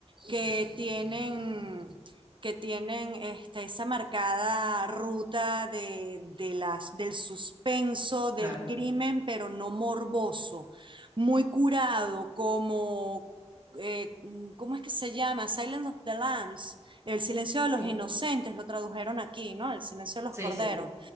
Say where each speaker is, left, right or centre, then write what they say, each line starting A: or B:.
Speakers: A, on the right; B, on the right.
A: que tienen que tienen este, esa marcada ruta de, de las, del suspenso, del
B: Claro.
A: crimen, pero no morboso, muy curado, como, eh, mm, ¿cómo es que se llama? Silence of the Lambs, El silencio de los
B: Sí,
A: inocentes, lo tradujeron aquí, ¿no? El silencio de
B: sí,
A: los corderos.
B: sí,